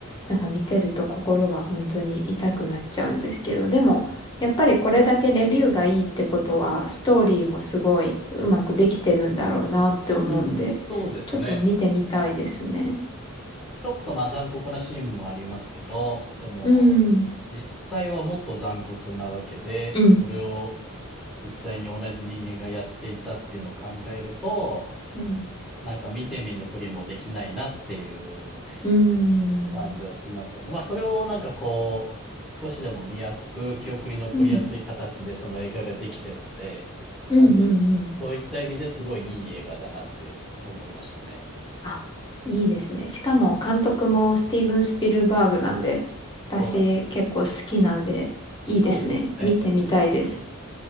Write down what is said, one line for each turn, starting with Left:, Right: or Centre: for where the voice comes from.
Left: なんか見てると心が本当に痛くなっちゃうんですけど、でも、やっぱりこれだけレビューがいいってことは、ストーリーもすごいうまくできてるんだろうなって思うんで、
Centre: うん、そうですね。
Left: ちょっと見てみたいですね。
Centre: ちょっとまあ残酷なシーンもありますけど、でも、
Left: うん、
Centre: 実際はもっと残酷なわけで、
Left: うん、
Centre: それを実際に同じ人間がやっていたっていうのを考えると、
Left: うん。
Centre: なんか見て見ぬふりもできないなっていう
Left: うん、
Centre: 感じはしますよね。まあ、それをなんかこう、少しでも見やすく、記憶に残りやすい形でその映画ができてるんで、
Left: うん、うん、
Centre: なんで、
Left: うん、うん。
Centre: そういった意味ですごいいい映画だなって思いましたね。
Left: あいいですね。しかも監督もスティーブン・スピルバーグなんで、
Centre: そうなんです。
Left: 私結構好きなんで、いいですね。
Centre: そうですよね。
Left: 見てみたいです。
Centre: じ